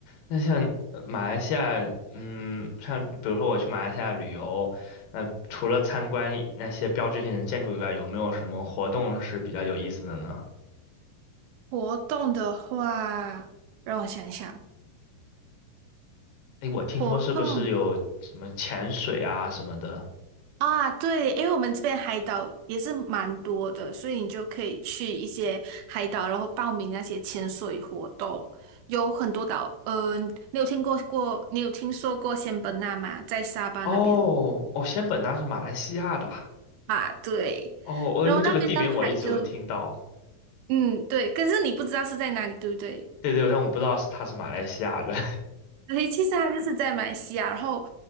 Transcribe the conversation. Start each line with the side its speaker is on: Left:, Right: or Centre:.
Left: 那像呃马来西亚，嗯，像比如说我去马来西亚旅游，那除了参观那些标志性的建筑以外，有没有什么活动是比较有意思的呢？
Right: 活动的话，让我想一想，
Left: 诶，我听说是不是有什么潜水啊什么的？
Right: 活动啊，对，因为我们这边海岛也是蛮多的，所以你就可以去一些海岛，然后报名那些潜水活动，有很多岛。呃，你有听过过，你有听说过仙本那吗？在沙巴那边
Left: 哦，哦，仙本那是马来西亚的啊
Right: 啊，对，
Left: 哦，哦，
Right: 然后那边的海就，
Left: 因为这个地名我一直有听到。
Right: 嗯，对，可是你不知道是在哪里，对不对？
Left: 对对，但我不知道是它是马来西亚的。
Right: 对，其实他就是在马来西亚，然后，